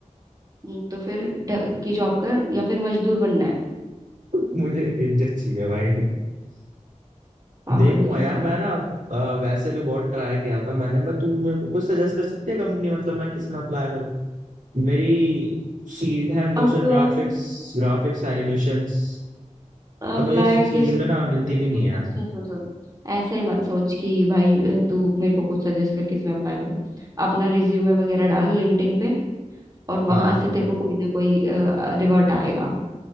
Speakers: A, on the right; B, on the right.
A: हम्म, तो फिर ढ- की जॉब कर या फिर मजदूर बनना है
B: <laughs> मुझे इज्जत चाहिए भाई
A: पागल
B: देखूंगा
A: कहीं
B: यार
A: का
B: मैं ना अ, वैसे भी बहुत ट्राई किया था मैंने मैं तू मेरे को कुछ सजेस्ट कर सकती है कंपनी मतलब मैं किस में अप्लाई करूँ मेरी फील्ड है मोशन
A: अप्लाई
B: ग्राफिक्स ग्राफिक्स एनिमेशंस
A: अप्लाई
B: अब मुझे इस चीज
A: के लिए
B: में ना मिलती
A: देख
B: भी नहीं
A: अपना
B: है
A: सुन सुन सुन ऐसे मत सोच कि भाई अ, तू मेरे को कुछ सजेस्ट करके इसमें अप्लाई करूँ अपना रिज्यूमे वगैरह डाल लिंक्डइन पे और
B: हाँ
A: वहां से तेरे को कोई ना कोई रिवर्ट आएगा